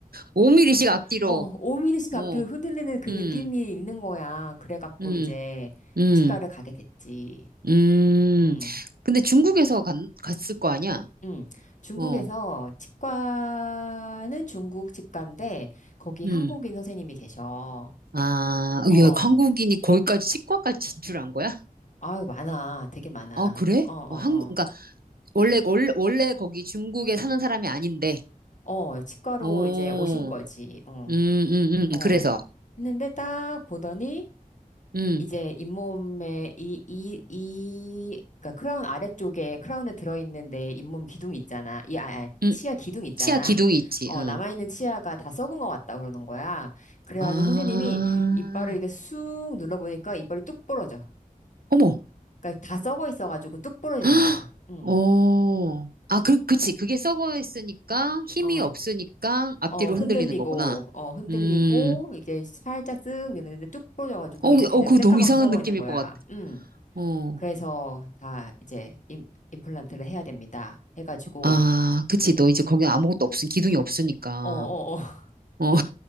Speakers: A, on the right (about 85°); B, on the left (about 55°).
A: 5mm씩 앞뒤로.
B: 어, 5mm씩
A: 어,
B: 앞뒤로 흔들리는 그
A: 음,
B: 느낌이 있는 거야. 그래갖고
A: 음,
B: 이제
A: 음,
B: 치과를 가게 됐지.
A: 음.
B: 음,
A: 근데 중국에서 갔, 갔을 거 아니야?
B: 음. 중국에서
A: 어,
B: 치과는 중국 치과인데 거기
A: 음.
B: 한국인 선생님이 계셔.
A: 아, 어,
B: 어,
A: 야, 한국인이 거기까지 치과까지 진출한 거야?
B: 아유 많아, 되게 많아.
A: 아, 그래?
B: 어, 어,
A: 어, 한국,
B: 어,
A: 그러니까 원래 원래 원래 거기 중국에 사는 사람이 아닌데.
B: 어, 치과로
A: 어,
B: 이제 오신 거지.
A: 음,
B: 어,
A: 음,
B: 어.
A: 음. 그래서,
B: 했는데 딱 보더니
A: 음,
B: 이제 잇몸에 이, 이, 이, 그러니까 크라운 아래쪽에 크라운에 들어있는 내 잇몸 기둥 있잖아. 이, 아, 아,
A: 음.
B: 치아 기둥 있잖아.
A: 치아 기둥이 있지.
B: 어,
A: 응.
B: 남아있는 치아가 다 썩은 것 같다 그러는 거야. 그래가지고
A: 아,
B: 선생님이 이빨을 이렇게 쑥 눌러보니까 이빨이 뚝 부러져.
A: 어머.
B: 그러니까 다 썩어 있어가지고 뚝 부러지는
A: 헉!
B: 거야. 응.
A: 어. 아, 그, 그치. 그게 썩어 있으니까 힘이
B: 어.
A: 없으니까 앞뒤로
B: 어, 흔들리고,
A: 흔들리는 거구나.
B: 어, 흔들리고,
A: 음.
B: 이제 살짝 쓱 밀었는데 뚝 부러져가지고,
A: 어, 어,
B: 입- 이제
A: 그거
B: 새까맣게
A: 너무 이상한
B: 썩어
A: 느낌일
B: 있는 거야.
A: 것 같아.
B: 음
A: 어.
B: 그래서 다 이제 임, 임플란트를 해야 됩니다. 해가지고,
A: 아, 그치. 너 이제 거기 아무것도 없으, 기둥이 없으니까.
B: 어, 어, 어. <laughs>
A: 어,